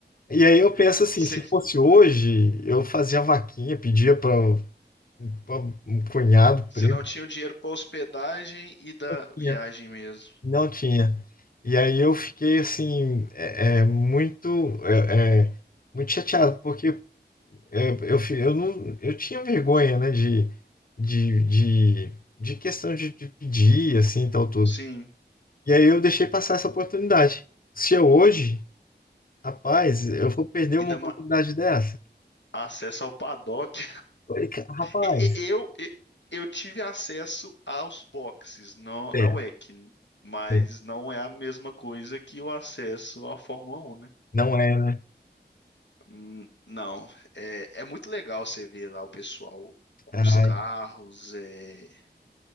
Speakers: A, on the left (about 55°); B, on the left (about 85°).
A: E aí eu penso
B: você,
A: assim, se fosse hoje, eu fazia vaquinha, pedia para um pa- um cunhado,
B: você
A: primo,
B: não tinha o dinheiro pra hospedagem e da
A: não tinha.
B: viagem mesmo.
A: Não tinha. E aí eu fiquei assim, é, é, muito, é, é, muito chateado, porque é, eu, fi- eu, não, eu tinha vergonha, né, de, de, de, de questão de, de pedir, assim, tal, tudo.
B: Sim,
A: E aí eu deixei passar essa oportunidade. Se eu hoje, rapaz, eu vou perder
B: ainda
A: uma oportunidade
B: ma-
A: dessa.
B: acesso ao paddock.
A: Falei, "Ca- Rapaz,
B: E- e- Eu, e- eu tive acesso aos boxes no- na
A: é,
B: WEC, mas
A: é,
B: não é a mesma coisa que o acesso à Fórmula 1, né?
A: não é, né?
B: Hum, Não, é, é muito legal você ver lá o pessoal com
A: Ai,
B: os carros, é,